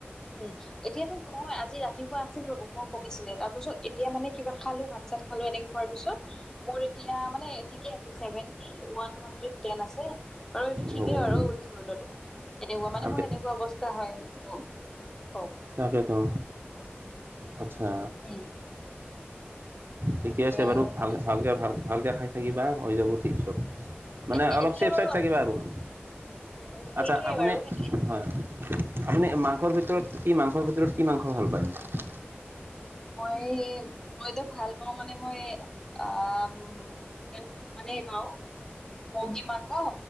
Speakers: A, on the left (about 15°); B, on the right (about 60°).
A: উম। এতিয়াটো নহয় আজি ৰাতিপুৱা আছিল ৰব মোৰ কমিছিলে, তাৰ পিছত এতিয়া মানে- কিবা খালো, ভাত-চাত খালো, এনেকে খোৱাৰ পিছত। মোৰ এতিয়া মানে- ঠিক আছে চেভেনটি ওৱান হাড্ৰেড টেন আছে, আৰু এইটো ঠিকেই
B: ভগৱান
A: আৰু ওনিছলৈ ল'লো এনেকুৱা মানে
B: ভালকে
A: মোৰ এনেকুৱা অৱস্থা হয়।
B: তাকে টো, আচ্ছা।
A: উম।
B: ঠিকে আছে বাৰু।
A: আৰু
B: ভাল-ভালকে,
A: মানে
B: ভাল-ভালকে খাই থাকিবা হৈ যাব ঠিক চব। মানে
A: এ
B: অলপ
A: এতিয়া
B: চেফ
A: বাৰু
B: চাইথ
A: আপ
B: থাকিবা আৰু হয়
A: উম, সেইটোয়ে
B: আচ্ছা আপুনি
A: বাৰু কিন্তু
B: হয়, আপুনি
A: কওক কওক
B: মাংসৰ ভিতৰত- কি' মাংসৰ ভিতৰত, কি' মাংস ভাল পায়?
A: মই এই মইতো ভাল পাওঁ মানে মই আহ- চিকেন মানে পাওঁ, মুৰ্গী মাংস